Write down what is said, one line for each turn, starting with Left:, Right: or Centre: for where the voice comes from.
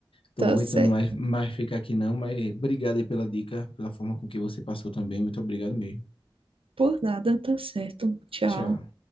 Left: Tô
Right: Tá
Left: aguentando
Right: certo.
Left: mais, mais ficar aqui não, mas obrigado aí pela dica, pela forma com que você passou também. Muito obrigado mesmo.
Right: Por nada, tá certo. Tchau.
Left: Tchau.